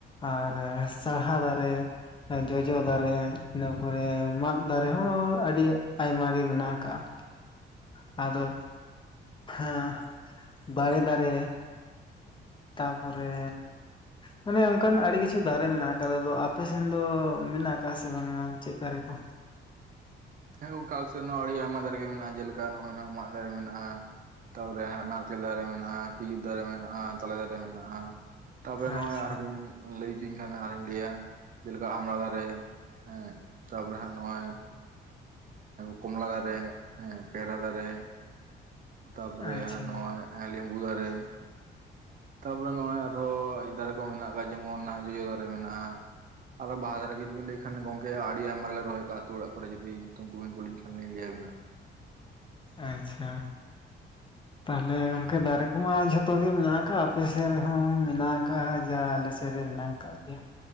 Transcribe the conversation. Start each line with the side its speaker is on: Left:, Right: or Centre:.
Left: ᱟᱨ ᱥᱟᱦᱟ ᱫᱟᱨᱮ ᱡᱚᱡᱚ ᱫᱟᱨᱮ ᱤᱱᱟᱹ ᱯᱚᱨᱮ ᱢᱟᱫ ᱫᱟᱨᱮ ᱦᱚᱸ ᱟᱹᱰᱤ ᱟᱭᱢᱟ ᱜᱮ ᱢᱮᱱᱟᱜ ᱟᱠᱟᱟᱜ ᱟᱫᱚ ᱦᱚᱸ ᱵᱟᱲᱮ ᱫᱟᱨᱮ ᱛᱟᱯᱚᱨᱮ ᱢᱟᱱᱮ ᱚᱱᱠᱟᱱ ᱟᱹᱰᱤ ᱠᱤᱪᱷᱩ ᱫᱟᱨᱮ ᱢᱮᱱᱟᱜ ᱟᱠᱟᱫᱟ ᱟ ᱟᱯᱮ ᱥᱮᱱ ᱫᱚ ᱢᱮᱱᱟᱜ ᱟᱠᱟᱫᱟ ᱥᱮ ᱵᱟᱝᱟ ᱪᱮᱫ ᱫᱟᱨᱮ ᱠᱚ
Right: ᱦᱮᱸ ᱜᱚᱱᱠᱮ ᱟᱞᱮᱥᱮᱫ ᱦᱚᱸ ᱟᱹᱰᱤ ᱟᱭᱢᱟ ᱫᱟᱨᱮ ᱜᱮ ᱢᱮᱱᱟᱜᱼᱟ ᱡᱮᱞᱮᱠᱟ ᱱᱚᱜᱼᱚᱭ ᱢᱟᱜ ᱫᱟᱨᱮ ᱢᱮᱱᱟᱜᱼᱟ ᱛᱟᱨᱯᱚᱨᱮ ᱦᱟᱸ ᱱᱟᱲᱠᱮᱞ ᱫᱟᱨᱮ ᱢᱮᱱᱟᱜᱼᱟ ᱠᱷᱤᱡᱩᱨ ᱫᱟᱨᱮ ᱢᱮᱱᱟᱜᱼᱟ ᱛᱟᱞᱮ ᱫᱟᱨᱮ ᱢᱮᱱᱟᱜᱼᱟ ᱛᱚᱵᱮ
Left: ᱟᱪᱪᱷᱟ
Right: ᱱᱚᱜᱼᱚᱭ ᱟᱨᱵᱤᱱ ᱞᱟᱹᱭ ᱦᱚᱪᱚᱧ ᱠᱷᱟᱱ ᱟᱨᱚᱧ ᱞᱟᱹᱭᱟ ᱡᱮᱞᱮᱠᱟ ᱟᱢᱲᱟ ᱫᱟᱨᱮ ᱦᱮᱸ ᱛᱟᱨᱯᱚᱨᱮ ᱦᱟᱸᱜ ᱱᱚᱜᱼᱚᱭ ᱠᱚᱢᱞᱟ ᱫᱟᱨᱮ ᱦᱮ ᱯᱮᱦᱨᱟ ᱫᱟᱨᱮ ᱛᱟᱯᱚᱨᱮᱜ
Left: ᱟᱪᱪᱷᱟ
Right: ᱱᱚᱜᱼᱚᱭ ᱞᱮᱸᱵᱩ ᱫᱟᱨᱮ ᱛᱟᱨᱯᱚᱨᱮ ᱱᱚᱜᱼᱚᱭ ᱟᱨᱦᱚᱸ ᱫᱟᱨᱮ ᱠᱚ ᱢᱮᱱᱟᱜ ᱟᱠᱟᱫ ᱡᱮᱢᱚᱱ ᱱᱟᱦᱟᱜ ᱡᱚᱡᱚ ᱫᱟᱨᱮ ᱢᱮᱱᱟᱜᱼᱟ ᱟᱨᱚ ᱵᱟᱦᱟ ᱫᱟᱨᱮ ᱡᱩᱫᱤᱵᱤᱱ ᱞᱟᱹᱭ ᱠᱷᱟᱱ ᱜᱠ ᱟᱹᱰᱤ ᱟᱭᱢᱟ ᱜᱮᱞᱮ ᱨᱚᱦᱚᱭᱟᱜᱼᱟ ᱟᱹᱛᱩ ᱚᱲᱟᱜᱨᱮ ᱡᱩᱫᱤ ᱧᱩᱛᱩᱢ ᱠᱚᱵᱤᱱ ᱠᱩᱞᱤᱧ ᱠᱷᱟᱱᱤᱧ ᱞᱟᱹᱭ ᱟᱵᱤᱱᱟ
Left: ᱟᱪᱪᱷᱟ
Right: <inaudible>
Left: ᱛᱟᱦᱚᱞᱮ ᱜᱚᱝᱠᱮ ᱫᱟᱨᱮ ᱠᱚᱢᱟ ᱡᱷᱚᱛᱚ ᱜᱮ ᱢᱮᱱᱟᱜ ᱟᱠᱟᱜᱼᱟ ᱟᱯᱮᱥᱮᱫ ᱨᱮᱦᱚᱸ ᱢᱮᱱᱟᱜ ᱟᱠᱟᱜ ᱡᱟ ᱟᱞᱮᱥᱮᱫ ᱨᱮ ᱢᱮᱱᱟᱜ ᱟᱠᱟᱫ ᱜᱮᱭᱟ